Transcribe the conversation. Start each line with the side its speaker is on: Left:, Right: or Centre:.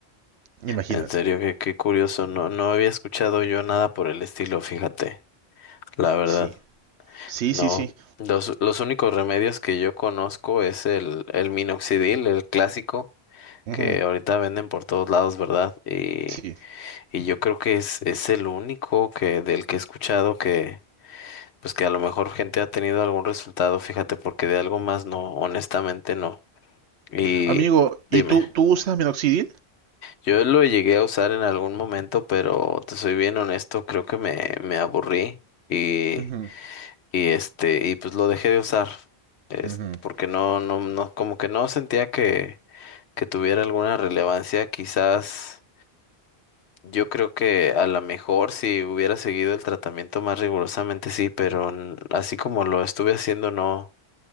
Right: Imagínate.
Left: En serio, qué, qué curioso. No, no había escuchado yo nada por el estilo, fíjate. La verdad,
Right: Sí, sí,
Left: no.
Right: sí, sí.
Left: Los, los únicos remedios que yo conozco es el, el minoxidil, el clásico,
Right: Ujú,
Left: que ahorita venden por todos lados, ¿verdad? Y,
Right: Sí.
Left: y yo creo que es, es el único que, del que he escuchado que, pues que a lo mejor gente ha tenido algún resultado, fíjate, porque de algo más no, honestamente no. Y
Right: Amigo,
Left: dime,
Right: ¿y tú, tú usas minoxidil?
Left: yo lo llegué a usar en algún momento, pero te soy bien honesto, creo que me, me aburrí y,
Right: Ujú,
Left: y este, y pues lo dejé de usar, es
Right: ujú.
Left: porque no, no, no, como que no sentía que, que tuviera alguna relevancia, quizás yo creo que a lo mejor si hubiera seguido el tratamiento más rigurosamente sí, pero n- así como lo estuve haciendo, no,